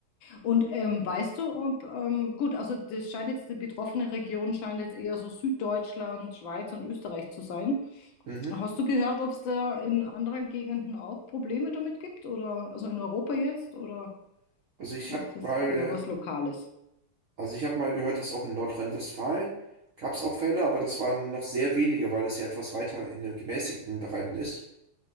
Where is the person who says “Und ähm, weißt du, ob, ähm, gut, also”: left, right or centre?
Left